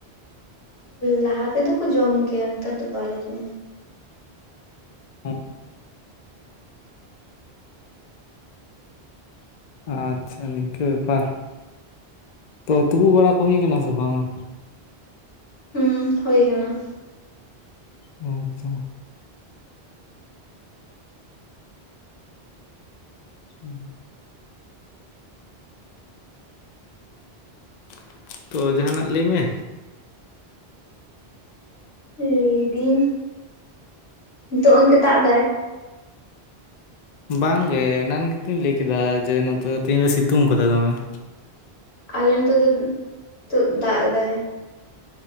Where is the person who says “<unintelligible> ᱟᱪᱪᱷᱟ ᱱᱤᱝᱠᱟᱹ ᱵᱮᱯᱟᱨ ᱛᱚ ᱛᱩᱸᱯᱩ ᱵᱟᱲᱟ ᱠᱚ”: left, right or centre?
Left